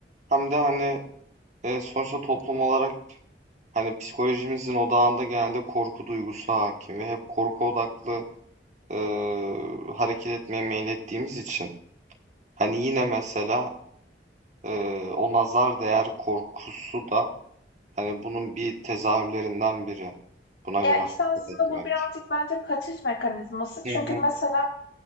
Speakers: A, on the right; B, on the left.
A: hem de hani e, sonuçta toplum olarak hani psikolojimizin odağında genelde korku duygusu hakim ve hep korku odaklı e, hareket etmeye meylettiğimiz için Hani yine mesela, eee, o nazar değer korkusu da hani bunun bir tezahürlerinden biri. Buna göre
B: Ya
A: hareket
B: işte aslında
A: etmek.
B: bu birazcık bence kaçış mekanizması. Çünkü
A: Hı hı.
B: mesela